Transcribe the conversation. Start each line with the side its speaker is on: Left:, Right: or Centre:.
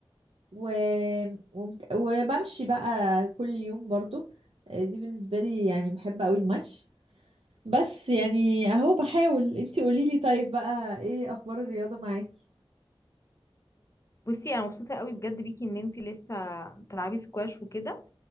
Right: و... ومت... وبمشي بقى كل يوم برضو آه، دي بالنسبة لي يعني بحب قوي المشي بس يعني اهو بحاول انتي قوليلي طيب بقى ايه اخبار الرياضة معاكي
Left: بصي انا مبسوطة قوي بجد بيكي ان انتي لسه بتلعبي سكواش وكده